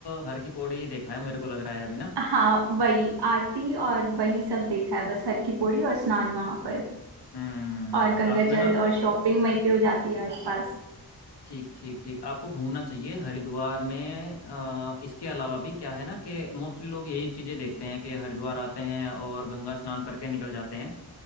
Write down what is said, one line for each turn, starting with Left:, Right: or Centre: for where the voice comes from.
Left: हर की पौड़ी ही देखा है मेरे को लग रहा है अभी ना
Right: हाँ वही आरती और वही सब देखा है बस हर की पौड़ी और स्नान वहां पर
Left: हम्म
Right: और गंगा
Left: आपने
Right: जल
Left: ना
Right: और शॉपिंग वहीं पे हो जाती है आसपास
Left: ठीक ठीक ठीक आपको घूमना चाहिए हरिद्वार में अ, इसके अलावा भी क्या है ना कि मोस्टली लोग यही चीज़ें देखते हैं कि हरिद्वार आते हैं और गंगा स्नान करके निकल जाते हैं